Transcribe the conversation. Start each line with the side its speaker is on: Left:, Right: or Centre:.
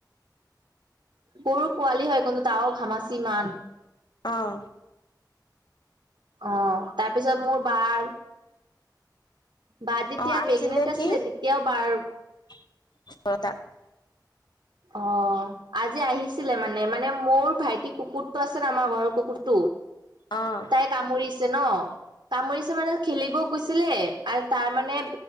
Right: সৰু পোৱালি হয় কিন্তু তাৰও ঘামাচি ইমান।
Left: অ',
Right: অ তাৰপিছত মোৰ বাৰ বা যেতিয়া
Left: অ' আহিছিলে
Right: প্ৰেগনেন্ট আছিলে
Left: কি
Right: তেতিয়াওঁ বাৰ
Left: <inaudible>
Right: অ আজি আহিছিলে মানে মানে মোৰ ভাইটি কুকুৰটো আছে আমাৰ ঘৰৰ কুকুৰটো
Left: অ'
Right: তাই কামুৰিছে ন কামুৰিছে মানে ত খেলিব গৈছিলে। আৰু তাৰ মানে